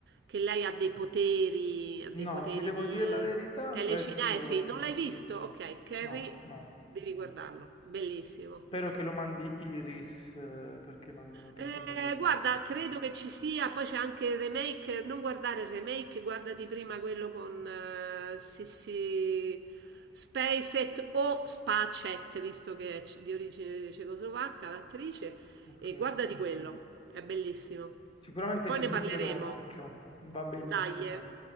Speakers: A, on the right; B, on the left.
A: che lei ha dei poteri, ha dei
B: no,
A: poteri
B: ti devo
A: di
B: dire la verità,
A: telecinesi.
B: questo
A: Non l'hai visto? Ok, Carrie,
B: no, no.
A: devi guardarlo. Bellissimo.
B: Spero che lo mandi Iris, eh, perché mandano tante
A: Eh,
B: belle cose.
A: guarda, credo che ci sia, poi c'è anche il remake, non guardare il remake, guardati prima quello con eh, Sissi Spacek o Spacek, visto che è c- di origine cecoslovacca l'attrice,
B: Ok.
A: e guardati quello, è bellissimo.
B: Sicuramente
A: Poi
B: ci
A: ne
B: butterò
A: parleremo.
B: un occhio. Va benissimo.
A: Dai, eh.